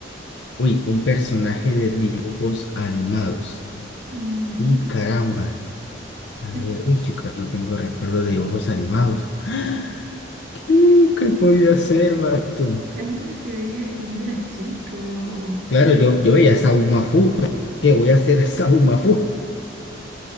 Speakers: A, on the left; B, on the right.
A: Uy, un personaje de dibujos animados.
B: Ujú.
A: Y caramba. A
B: <laughs>
A: ver, uy, chico, no tengo recuerdo de dibujos animados. <gasps> ¿Qué, qué podía ser, manito?
B: ¿Alguno que veías cuando eras chico?
A: Claro, yo, yo veía Saumafu, pero ¿qué voy a hacer Saumafu?